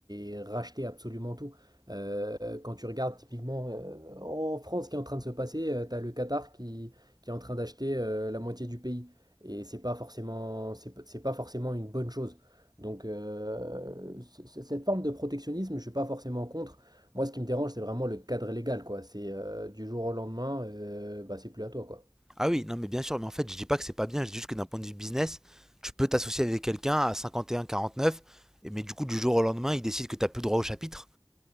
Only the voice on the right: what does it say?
et racheter absolument tout. Euh, quand tu regardes typiquement euh, en France ce qui est en train de se passer, euh, t'as le Qatar qui, qui est en train d'acheter euh, la moitié du pays. Et c'est pas forcément, c'est, p- c'est pas forcément une bonne chose. Donc euh, c- c- cette forme de protectionnisme, je suis pas forcément contre. Moi, ce qui me dérange, c'est vraiment le cadre légal, quoi. C'est euh, du jour au lendemain, euh, bah, c'est plus à toi, quoi.